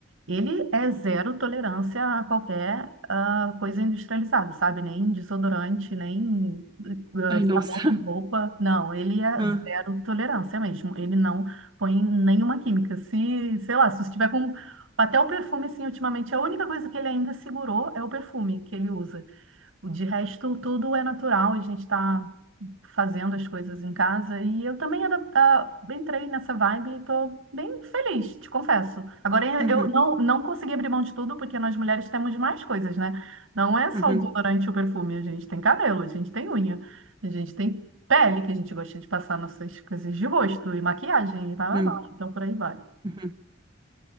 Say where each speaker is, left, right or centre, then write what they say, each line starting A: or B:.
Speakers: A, on the right; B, on the right.
A: Ele é zero tolerância a qualquer ah, coisa industrializada, sabe? Nem desodorante, nem ah,
B: Ai,
A: sabão
B: nossa. <laughs>
A: de roupa. Não, ele é
B: Ah,
A: zero tolerância mesmo. Ele não põe nenhuma química. Se, sei lá, se você tiver com. Até o perfume, assim, ultimamente, a única coisa que ele ainda segurou é o perfume que ele usa. De resto, tudo é natural, a gente está fazendo as coisas em casa e eu também adap- ah, entrei nessa vibe e estou bem feliz, te confesso. Agora, eh,
B: Uhum,
A: eu não, não consegui abrir mão de tudo porque nós mulheres temos mais coisas, né? Não é só
B: uhum,
A: o desodorante e o perfume, a gente tem cabelo, a gente tem unha, a gente tem pele que a gente gosta de passar nossas coisas de rosto e maquiagem e blá
B: uhum,
A: blá blá. Então, por aí vai.
B: uhum.